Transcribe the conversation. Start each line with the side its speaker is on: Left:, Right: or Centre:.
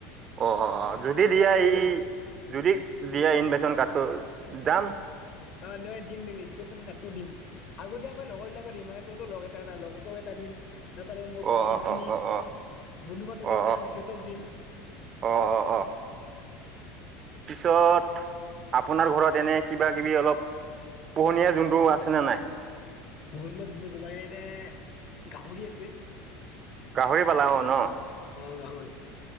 Right: অ অ অ যদি
Left: কাম
Right: দিয়া
Left: বিলাক কৰিব
Right: এই
Left: লাগিব
Right: যদি দিয়া ইনভেশচন কাৰ্ডটো যাম।
Left: অ' নহয় দিম দিম। ইনভেটেশচন কাৰ্ডটো দিম। আগতীয়াকৈ লগৰবিলাকক দিম মানে তইতো লগ এটা নাই লগত এটা দিম। তাৰপাছত আৰু মোৰ
Right: অ
Left: বাকী
Right: অ
Left: যিখিনি
Right: অ অ
Left: বন্ধু বান্ধৱী
Right: অ অ
Left: আছে তাহ সিহঁতক দিম।
Right: অ অ অ অ পিছত আপোনাৰ ঘৰত এনে কিবা কিবি অলপ পোহঁনীয়া যোনটো আছেনে নাই।
Left: পোহঁনীয়া জন্তুটো কবা গেলে গাহৰি আছে।
Right: গাহৰি পালাওঁ ন।
Left: অ' গাহৰি।